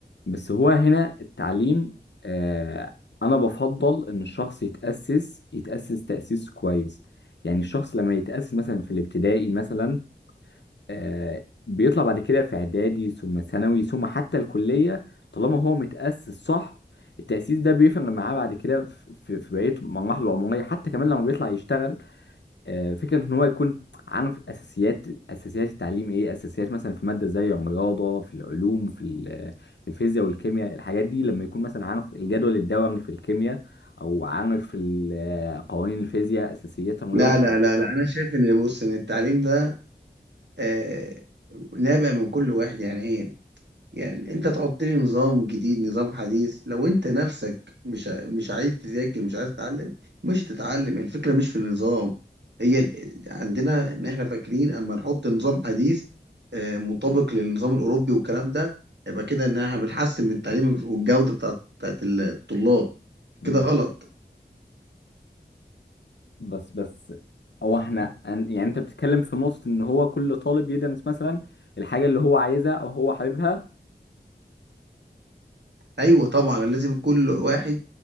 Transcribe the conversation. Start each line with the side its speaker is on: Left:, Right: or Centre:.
Left: بس هو هنا التعليم آه انا بفضل ان الشخص يتأسس يتأسس تأسيس كويس يعني الشخص لما يتأسس مثلا في الابتدائي مثلا آه بيطلع بعد كده في اعدادي ثم ثانوي ثم حتى الكلية طالما هو متأسس صح التأسيس ده بيفرق معاه بعد كده في, في بقية مراحله العمرية حتى كمان لما بيطلع يشتغل آه، فكرة إن هو يكون عارف أساسيات أساسيات التعليم إيه أساسيات مثلا في مادة زي الرياضة في العلوم في ال- في الفيزياء والكيمياء الحاجات دي لما يكون مثلا عارف الجدول الدوري في الكيمياء أو عارف ال- آه، قوانين الفيزياء أساسيات الرياضة
Right: لا لا لا لا انا شايف ان بص ان التعليم ده آه، نابع من كل واحد يعني ايه يعني انت تحط لي نظام جديد نظام حديث لو انت نفسك مش ع- مش عايز تذاكر مش عايز تتعلم مش هتتعلم الفكره مش في النظام هي ال- عندنا ان احنا فاكرين اما نحط نظام حديث آه، مطابق للنظام الاوروبي والكلام ده يبقى كده ان احنا بنحسن من التعليم والجوده بتاعت بتاعت الطلاب
Left: مم.
Right: كده غلط
Left: بس بس هو إحنا أن- يعني أنت بتتكلم في نقطة إن هو كل طالب يدرس مثلا الحاجة اللي هو عايزها أو هو حاببها
Right: ايوه طبعا لازم كل واحد